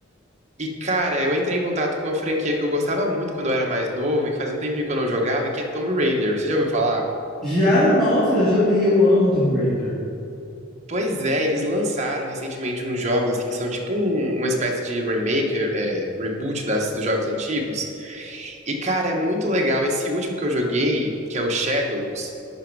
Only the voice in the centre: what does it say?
Já, nossa, já joguei, eu amo Tomb Raider.